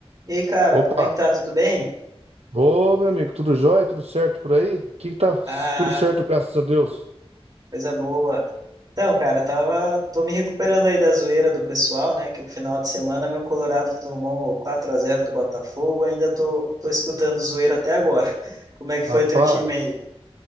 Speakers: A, on the right (about 40°); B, on the right (about 75°).
A: E aí, cara,
B: Opa!
A: como é que tá? Tudo bem?
B: Ô, meu amigo, tudo jóia? Tudo certo por aí? O Que que tá
A: Ah,
B: tudo certo, graças a Deus.
A: coisa boa. Então, cara, tava, tô me recuperando aí da zoeira do pessoal, né? Que o final de semana meu Colorado tomou 4 a zero do Botafogo, ainda tô, tô escutando zoeira até agora. <laughs> Como é que foi
B: Rapaz,
A: o teu time aí?